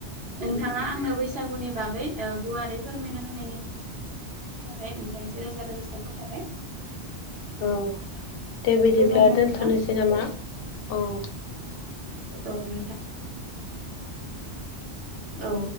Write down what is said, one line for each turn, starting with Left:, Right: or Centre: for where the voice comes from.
Right: नोंथाङा आंनो बैसागुनि बागै गुवारै फोरमायना होनायनि थाखाय नोंथां ज रोजा रोजा साबायखर थाबाय
Left: औ दे बिदिब्ला
Right: गोजोन्थों
Left: दोन्थ'नोसै
Right: नोंथां
Left: नामा? औ
Right: औ नोंथां औ